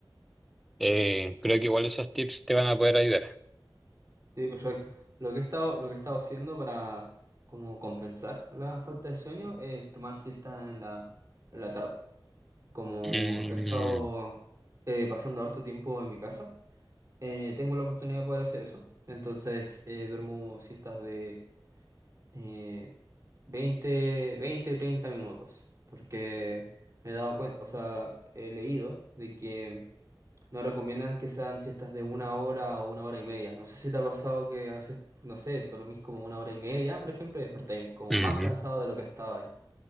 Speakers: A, in the centre; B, on the right.
A: eh, creo que igual esos tips te van a poder ayudar.
B: sí, perfecto. Lo que he estado, lo que he estado haciendo para como compensar la falta de sueño es tomar siesta en la, en la tarde. Como
A: Mm,
B: he estado eh, pasando harto tiempo en mi casa, eh, tengo la oportunidad de poder hacer eso. Entonces eh, duermo siestas de eh, 20 20 y 30 minutos. Porque me he dado cuenta, o sea, he leído de que No recomiendan que sean siestas de una hora o una hora y media. No sé si te ha pasado que a veces, no sé, dormís como una hora y media, por ejemplo, y despertáis como
A: ujú.
B: más cansado de lo que estaba ahí.